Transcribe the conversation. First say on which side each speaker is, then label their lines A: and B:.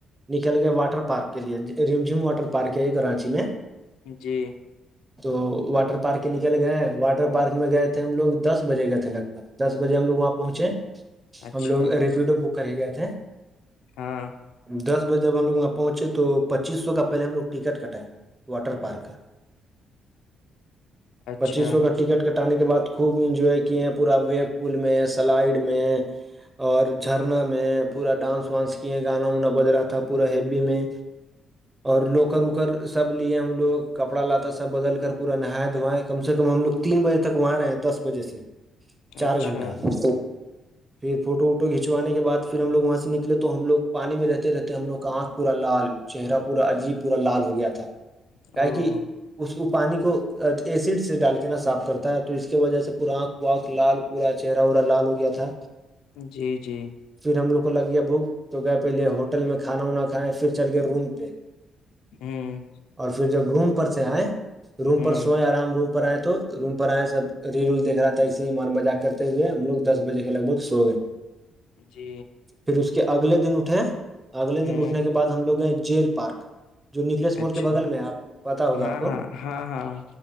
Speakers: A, on the right; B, on the left.
A: نکل گئے واٹر پارک کے لیے رم جھم واٹر پارک ہے یہ کراچی میں
B: جی
A: تو واٹر پارک کے نکل گئے واٹر پارک میں گئے تھے ہم لوگ دس بجے گئے تھے لگ بھگ دس بجے ہم لوگ وہاں پہنچے
B: اچھا
A: ہم لوگ ریفیوٹو بک کرے گئے تھے
B: ہاں
A: دس بجے جب ہم لوگ وہاں پہنچے تو پچیس سو کا پہلے ہم لوگٹکٹ کٹائے واٹر پارک کا
B: اچھا
A: پچیس سو کا ٹکٹ ک ہٹانے کے بعد خوب انجوائے کیے ہیں پورا ویم پل میں سلائڈ میں اور نا میں پورا ڈانس وانس کیے گانا وانا بج رہا تھا پورا ہیبی میں اور لوکر اوکر <inaudible> سب لیے ہم لگ کپڑا لاتا سب بدل کر پورا نہائے دھوائیں کم سے کم ہم لوگ تین بجے تک وہاں رہ تھ دس بجے سے چار
B: اچھا
A: گھنٹہ پھر فوٹ اوٹ فوٹو کھنچانے کے بع پھر ہم لوگ وہاں سے نکلے تو ہم لگ پانی میں رہتے رہتے ہیں ہم لوگ کا آنکھ پورا لال چہرہ پورا عجیب پورا لال ہو گیا تھا کیا
B: او
A: کہ اس پانی کو ایسڈ سے ڈال کے نا صاف کرتا ہے تو اس کی وجہ سے پورا آنکھ وکھ لال پورا چہرہ اورا لال ہو گیا تھا
B: جی جی
A: پھر ہم لوگ کو لگ گیا بھوک تو گئے پہلے ہوٹل میں کھانا وناا کھائے پھر چل گئے روم پہ
B: ہوں
A: اور پھر جب روم پر سے آئے روم
B: ہوں
A: پر سوئے آرام روم پر آئے تو روم پر آئے سب ریل ول دیک رہا تھا اسی من مجاق کرتے ہوئے ہم لوگ دس بجے کے لگ بگ سو گئے
B: جی
A: پھر اس کے اگلے دن اٹھے اگلے
B: ہوں
A: دن اٹھنے کے بعد ہم لوگ گئے جیل پارک جو نیکلیس مال
B: اچھا
A: کے بغل میں آپ پت ہوگا
B: ہاں
A: آپ کو
B: ہاں ہاں ہاں